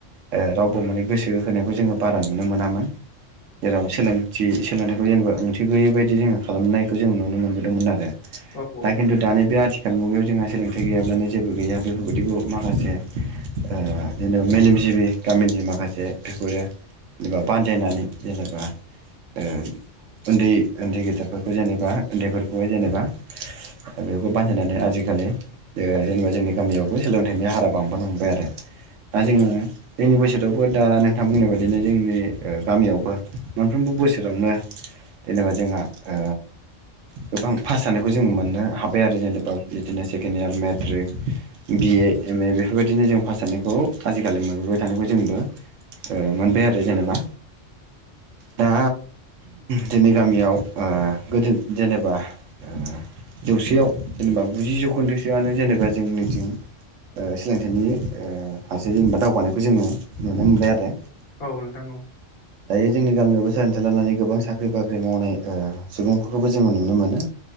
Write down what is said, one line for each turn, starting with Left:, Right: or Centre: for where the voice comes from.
Right: ओ रावबो माने गोसो होनायखौ जोङो बारा नुनो मोनामोन। जेराव सोलोंथि सोलोंथाइखौ जेनेबा ओंथि गैयै बायदि जोङो खालामनायखौ जों नुनो मोनबोदोंमोन आरो।
Left: औ
Right: दा
Left: औ।
Right: खिन्थु दानि बे आथिखाल मुगायाव जोंहा सोलोंथाइ गैयाब्लानो जेबो गैया बेफोरबायदिखौ माखासे अ जेनेबा मेलेमजिबि गामिनि माखासे बेफोरो जेनेबा बानजायनानै जेनेबा ओं उन्दै उन्दै गेदेरफोरखौ जेनेबा उन्दैफोरखौहाय जेनेबा बेखौ बान्जायनानै आजिखालि अ जेनेबा जोंनि गामियावबो सोलोंथाइनि हारा बांबानो हमबाय आरो। दा जोङो जोंनि बोसोर थेवबो दा नोंथां बुंनाय बायदिनो जोंनि अ गामियावबो मोनफ्रोमबो बोसोरावनो जेनेबा जोंहा अ गोबां पास जानायखौ जोंङो मोननो हाबाय आरो जेनेबा बिदिनो second year matric BA M A बेबायदिनो जों पास जानायखौ आजिखालि मोनबोबाय थानायबो जोंबो ओ मोनबाय आरो जेनेबा दा जोंनि गामियाव ओ गोदो जेने <unintelligible> जौसेयाव जेनेबा गुजि जौखोन्दोसोआनो जेनेबा जोंनिथिं ओ सोलोंथाइनि ओ फारसे जेनेबा दावगानायखौ जोङो नुनो मोनबाय आरो।
Left: औ नोंथां औ।
Right: बे जोंनि गामियावबो सोलोंथाय लानानै गोबां साख्रि बाख्रि मावनाय अ सुबुंफोरखौबो जोङो नुनो मोनो।